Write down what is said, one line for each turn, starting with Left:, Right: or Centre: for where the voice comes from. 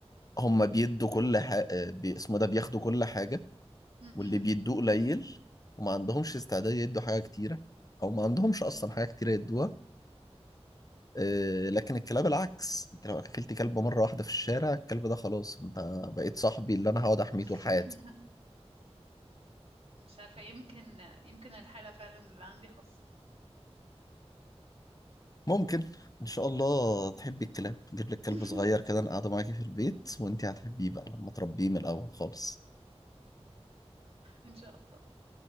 Left: هم بيدوا كل حاجة بي اسمه ده بياخدوا كل حاجة
Right: م-م.
Left: واللي بيدوه قليل وما عندهمش استعداد يدوا حاجة كتيرة أو ما عندهمش أصلا حاجة كتيرة يدوها آه لكن الكلاب العكس أنت لو أكلت كلب مرة واحدة في الشارع الكلب ده خلاص أنت بقيت صاحبي اللي أنا هقعد أحميه
Right: <laughs>
Left: طول حياتي
Right: مش عارفة يمكن يمكن الحالة فعلا اللي عندي خاصة
Left: ممكن ان شاء الله تحبي الكلاب نجيب لك كلب
Right: <laughs>
Left: صغير كده انا قاعده معاكي في البيت وانتي هتحبيه بقى لما تربيه من الاول خالص
Right: ان شاء الله